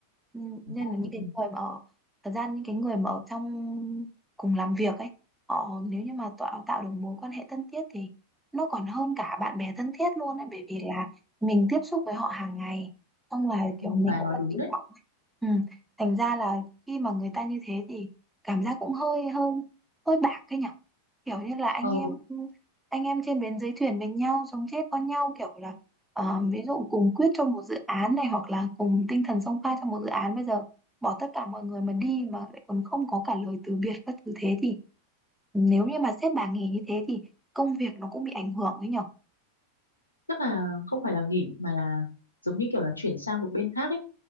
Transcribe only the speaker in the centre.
Ừ,
nên
là những cái người mà ở thật ra những cái người mà ở trong cùng làm việc ấy họ nếu như mà tạo tạo được mối quan hệ thân thiết thì nó còn hơn cả bạn bè thân thiết luôn ấy bởi vì là mình tiếp xúc với họ hàng ngày xong là
kiểu mình
cũng
đặt
kỳ
vọng ấy ừ. thành ra là khi mà người ta như thế thì cảm giác cũng hơi hơi hơi bạc cái nhở kiểu như là anh
em anh em trên bến dưới thuyền với nhau sống chết con nhau kiểu là Ờ, ví dụ cùng quyết cho một dự án này hoặc là cùng tinh thần xông pha cho một dự án bây giờ bỏ tất cả mọi người mà đi mà lại còn không có cả lời từ biệt các thứ thế thì nếu như mà sếp bà nghỉ như thế thì công việc nó cũng bị ảnh hưởng đấy nhở